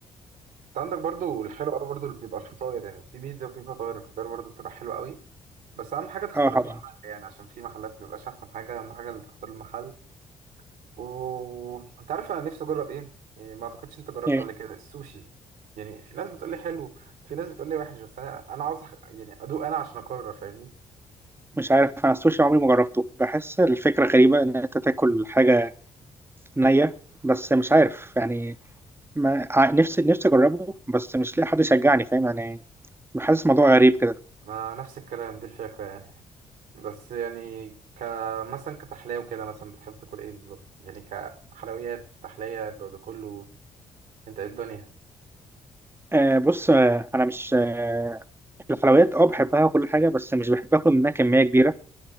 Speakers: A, on the right (about 70°); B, on the right (about 15°).
A: انت عندك برضو الحلو قوي برضو اللي بيبقى فيه فطاير يعني في بيتزا وفي فطاير الفطاير برضو بتبقى حلوة قوي بس اهم حاجة تختار
B: اه طبعا
A: المحل يعني عشان في محلات مبيبقاش احسن حاجة اهم حاجة اللي تختار المحل وانت عارف انا نفسي اجرب ايه يعني ما اعتقدش انت جربت
B: ايه
A: قبل كده السوشي يعني في ناس بتقول لي حلو في ناس بتقول لي وحش بس انا انا عاوز أخ- يعني ادوق انا عشان اقرر فاهمني
B: مش عارف انا السوشي عمري ما جربته بحس الفكره غريبه ان انت تاكل حاجه نيه بس مش عارف يعني ما ع- نفسي نفسي اجربه بس مش لاقي حد يشجعني فاهم يعني بحس الموضوع غريب كده
A: ما نفس الكلام دي الفكرة يعني بس يعني ك مثلا كتحلية وكده مثلا بتحب تاكل ايه بالظبط يعني كحلويات تحلية الجو ده كله انت ايه الدنيا
B: آه بص آه انا مش آه الحلويات اه بحبها وكل حاجه بس مش بحب اكل منها كميه كبيره